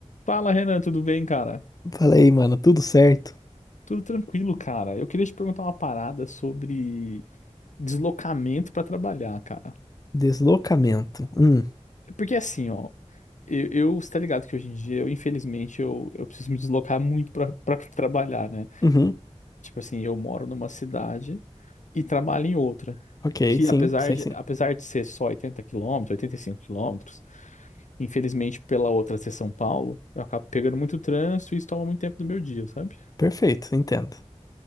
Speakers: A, on the left (about 90°); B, on the left (about 30°).
A: Fala, Renan, tudo bem, cara?
B: Falei, mano, tudo certo?
A: Tudo tranquilo, cara. Eu queria te perguntar uma parada sobre deslocamento pra trabalhar, cara.
B: Deslocamento. Hum,
A: Porque assim, ó, eu, eu você tá ligado que hoje em dia, eu, infelizmente, eu, eu preciso me deslocar muito pra pra trabalhar, né?
B: uhum,
A: Tipo assim, eu moro numa cidade e trabalho em outra.
B: ok,
A: Que
B: sim,
A: apesar
B: sei
A: de,
B: sim.
A: apesar de ser só 80 quilômetros, 85 quilômetros, infelizmente, pela outra ser São Paulo, eu acabo pegando muito trânsito e isso toma muito tempo do meu dia, sabe?
B: Perfeito, entendo.